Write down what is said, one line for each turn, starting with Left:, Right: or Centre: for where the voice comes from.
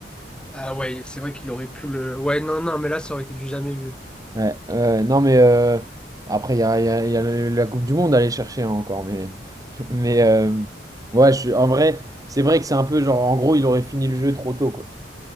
Centre: Ah ouais, c'est vrai qu'il aurait pu le. Ouais, non, non, mais là, ça aurait été du jamais vu.
Right: Ouais, euh, non, mais euh, après, il y a, il y a- il y a la Coupe du Monde à aller chercher hein, encore, mais, <laughs> mais euh, ouais, je suis, en vrai, c'est vrai que c'est un peu genre, en gros, il aurait fini le jeu trop tôt, quoi.